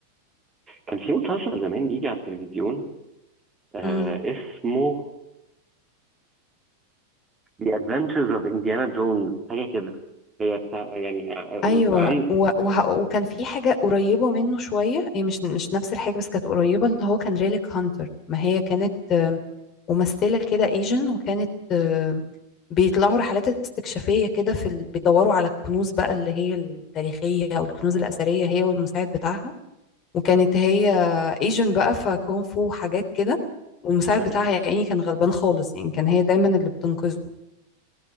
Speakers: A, on the right; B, on the left.
A: كان في مسلسل زمان بيجي على التلفزيون آه
B: امم
A: اسمه The Adventures of Indiana Jones حاجة كده هي بتاع يعني آه،
B: ايوه
A: آه، عن
B: و... وه... وكان في حاجه قريبه منه شويه هي مش مش نفس الحاجه بس كانت قريبه اللي هو كان ريليك هانتر ما هي كانت ممثلة كده ايجن وكانت آه، بيطلعوا رحلات استكشافية كده في ال... بيدوروا على الكنوز بقى اللي هي التاريخية او الكنوز الأثرية هي والمساعد بتاعها وكانت هي ايجن بقى فكونغ فو حاجات كده والمساعد
A: <laughs>
B: بتاعها يا عيني كان غلبان خالص يعني كان هي دايما اللي بتنقذه